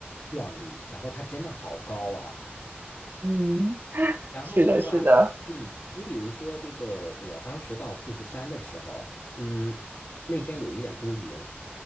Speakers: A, on the left; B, on the right.
A: 壮丽，然后它真的好高啊。
B: 嗯，
A: 然后的话，
B: 是的，是的，
A: 嗯，你比如说这个，我当时到富士山的时候，嗯，那天有一点多云。